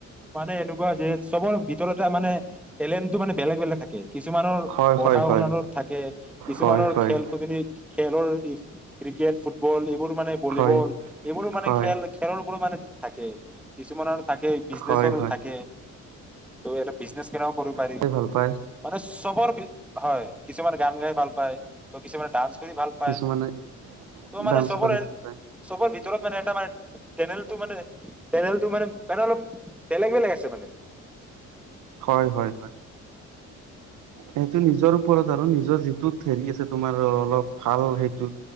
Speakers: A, in the centre; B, on the right (about 80°).
A: মানে এনেকুৱা যে চবৰ ভিতৰতে মানে টেলেণ্টটো মানে বেলেগ বেলেগ থাকে। কিছুমানৰ
B: হয়
A: পঢ়া
B: হয় হয়
A: শুনাতত থাকে কিছুমানৰ
B: হয় হয়
A: খেল খধ খেলৰ ক্ৰিকেট ফুটবল এইবোৰ মানে ভলীবল
B: হয়
A: এইবোৰো মানে
B: হয়
A: খেল খেলৰ বোৰ মানে থাকে কিছুমানৰ থাকে বিজনেচৰো
B: হয় হয়
A: থাকে ত' এটো বিজনেছ কেনেও কৰিব পাৰি
B: হয় ভাল পায়
A: মানে চবৰ বি হয়। কিছুমান গান গাই ভাল পায়। ত কিছুমানে ডান্স কৰি ভাল পায়।
B: কিছুমানে
A: ত' মানে
B: ডান্স
A: চবৰে
B: কৰি ভাল পায়
A: চবৰ ভিতৰত মানে এটা মানে টেলেণ্টটো মানে টেলেণ্টটো মানে মান অলপ বেলেগ বেলেগ আছে মানে।
B: হয় হয় হয় সেইটো নিজৰ ওপৰত আৰু নিজৰ যিটোত হেৰি আছে তোমাৰ অলপ ভাল সেইটো।